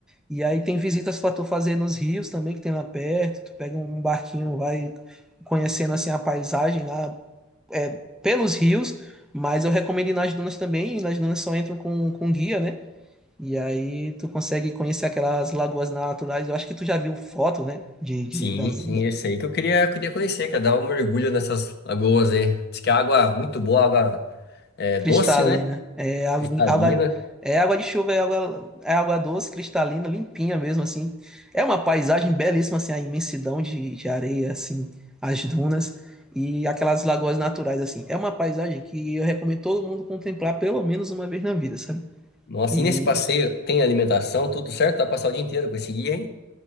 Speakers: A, in the centre; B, on the left.
A: E aí tem visitas pra tu fazer nos rios também, que tem lá perto. Tu pega um barquinho, vai conhecendo assim a paisagem lá, é, pelos rios. Mas eu recomendo ir nas dunas também, e nas dunas só entram com, com guia, né? E aí tu consegue conhecer aquelas lagoas naturais. Eu acho que tu já viu foto, né? De, de,
B: Sim,
A: das,
B: sim, esse aí que eu queria, queria conhecer, cara. Dar um mergulho nessas lagoas aí. Diz que a água é muito boa, água é,
A: Cristalina.
B: doce, né?
A: É água,
B: Cristalina.
A: água, é água de chuva, é água, é água doce, cristalina, limpinha mesmo, assim. É uma paisagem belíssima, assim, a imensidão de, de areia, assim, as dunas e aquelas lagoas naturais, assim. É uma paisagem que eu recomendo todo mundo contemplar pelo menos uma vez na vida, sabe?
B: Nossa,
A: E
B: e nesse passeio tem alimentação, tudo certo? Vai passar o dia inteiro com esse guia, hein?